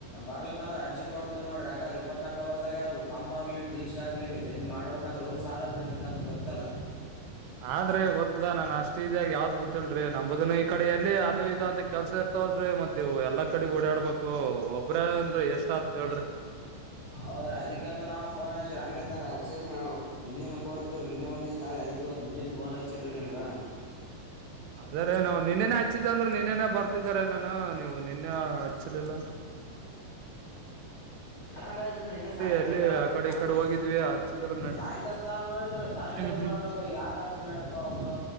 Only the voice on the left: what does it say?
ಬರ್ಲಕಂದ್ರ ಅರ್ಜಿ ಕೊಡ್ತೇ ನೋಡ್ರಿ ಯಾಕ್ ಇಪ್ಪತ್ನಾಕ ಅವರ್ದಾಗ ಕಂಬ ಆಗಲಿ ಟಿ ಸಿ ಆಗ್ಲಿ ಜಲ್ದಿ ಮಾಡಬೇಕಂತ ರೂಲ್ಸ್ ಆದಲ್ ರೀ ನಿಮಗಂತ್ರು ಗೊತ್ತಲ್ಲ.
ಹೌದ್ರ ಅದಿಕೆ ಅಂತ ನಾವ್ ಫೋನ್ ಹಚ್ಚ್ರ ಹಂಗಿತ್ತಂದ್ರ ನಿನ್ನೇನು ಕೊಡದರು ನಿನ್ನ ಒಂದಿಸ್ ಅದಿಕೆ ಇವತ್ ಮುಂಜಾಲೆ ಫೋನ್ ಹಚ್ಚೇನ್ ರೀ ನಿಮಗ.
ಹಂಗಾದ್ರ ನಿನ್ನೆ ಸಾಯಂಕಾಲ
ತಾನ
ಅಲ್
ಸಾಯಂಕಾಲ ತಾನ ನೋಡಿದ್ರ ಸಾಯಕಾಲ್.
ಬರ್ಲಿಲ್ಲ ಈ ಯಾಕಚನ್ ನಡಿಯಪ ಅವರು